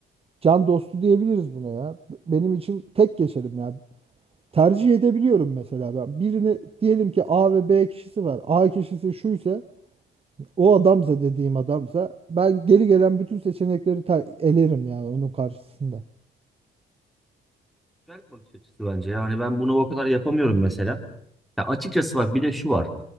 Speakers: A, on the right; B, in the centre.
A: Can dostu diyebiliriz buna ya. Benim için tek geçerim ya. Tercih edebiliyorum mesela ben. Birini diyelim ki A ve B kişisi var. A kişisi şu ise o adamsa dediğim adamsa ben geri gelen bütün seçenekleri ta- elerim yani onun karşısında.
B: Güzel bir bakış açısı bence. Yani ben bunu o kadar yapamıyorum mesela. Ya açıkçası bak bir de şu var.